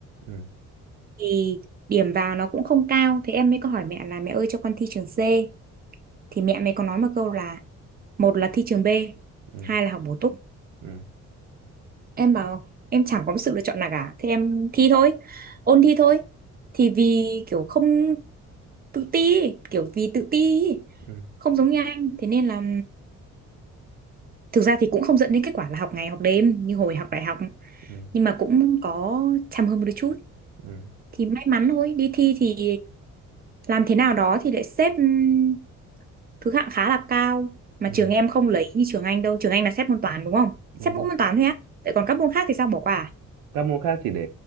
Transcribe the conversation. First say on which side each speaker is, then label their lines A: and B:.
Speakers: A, on the right; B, on the right.
A: ừ
B: thì điểm vào nó cũng không cao thế em mới có hỏi mẹ là mẹ ơi cho con thi trường C thì mẹ mày có nói một câu là một là thi trường B
A: ừ
B: hai là học bổ túc
A: ừ
B: em bảo em chẳng có một sự lựa chọn nào cả thế em thi thôi ôn thi thôi thì vì kiểu không tự ti kiểu vì tự ti ý,
A: ừ
B: không giống như anh thế nên là thực ra thì cũng không dẫn đến kết quả là học ngày học đêm như hồi học đại học
A: ừ
B: nhưng mà cũng có chăm hơn một đôi chút
A: ừ
B: thì may mắn thôi đi thi thì làm thế nào đó thì lại xếp ừm, thứ hạng khá là cao mà
A: ừ
B: trường em không lấy như trường anh đâu trường anh là xếp môn toán đúng không
A: đúng
B: xếp mỗi
A: không?
B: môn toán thôi á vậy còn các môn khác thì sao bỏ qua à?
A: các môn khác chỉ để